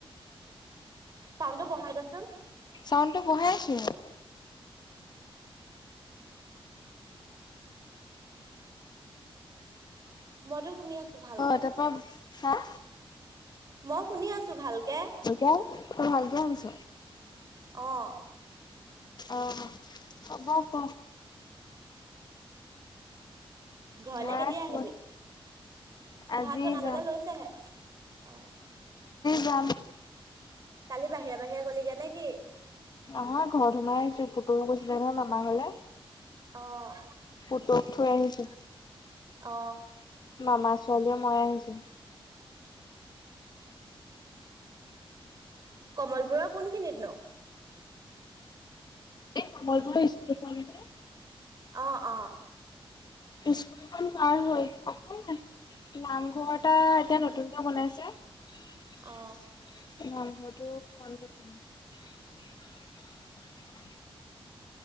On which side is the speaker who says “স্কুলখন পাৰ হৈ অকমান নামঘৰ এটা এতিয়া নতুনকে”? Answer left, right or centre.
Left